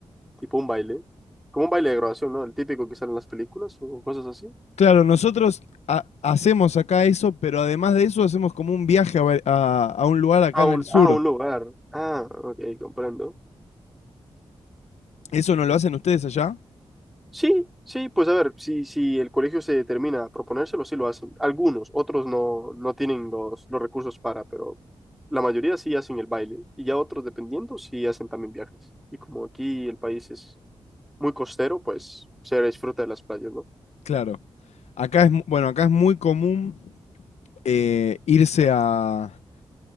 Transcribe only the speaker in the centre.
tipo un baile, como un baile de grabación, ¿no? El típico que sale en las películas o cosas así.
A
un,
a un lugar. Ah, ok, comprendo.
Sí, sí, pues a ver, si, si el colegio se determina a proponérselo, sí lo hacen. Algunos, otros no, no tienen los, los recursos para, pero la mayoría sí hacen el baile. Y ya otros, dependiendo, sí hacen también viajes. Y como aquí el país es muy costero, pues se disfruta de las playas, ¿no?